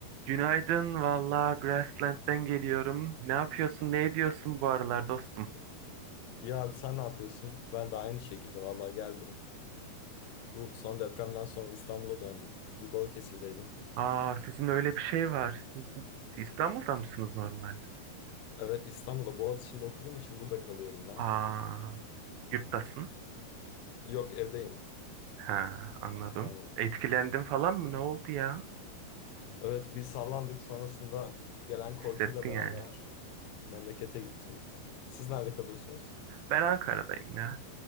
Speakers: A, on the right; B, on the left.
A: Günaydın, valla Grassland'den geliyorum. Ne yapıyorsun, ne ediyorsun bu aralar dostum?
B: İyi abi sen ne yapıyorsun? Ben de aynı şekilde vallahi geldim. Bu son depremden sonra İstanbul'a döndüm. Bir Balıkesir'deydim.
A: Aa, sizin öyle bir şey var. Siz İstanbul'da mısınız normalde?
B: Evet İstanbul'da Boğaziçi'nde okuduğum için burada kalıyorum ben.
A: Aa, yurttasın.
B: Yok evdeyim.
A: Ha, anladım.
B: Aynen.
A: Etkilendin falan mı? Ne oldu ya?
B: Evet biz sallandık sonrasında gelen korkuyla
A: Hissettin
B: beraber
A: yani.
B: memlekete gittim. Siz nerede kalıyorsunuz?
A: Ben Ankara'dayım ya.